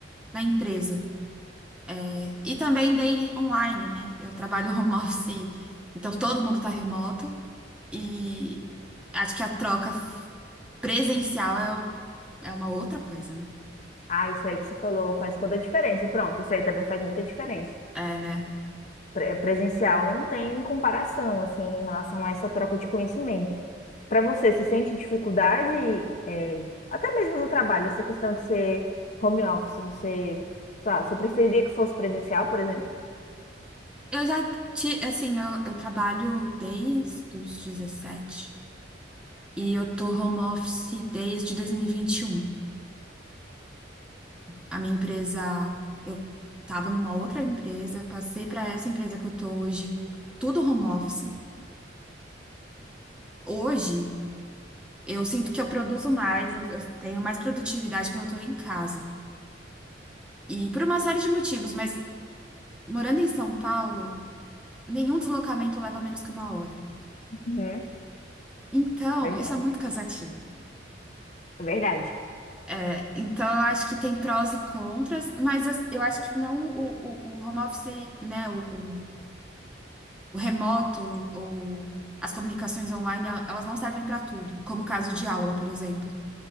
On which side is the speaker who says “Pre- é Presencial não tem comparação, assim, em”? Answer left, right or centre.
Left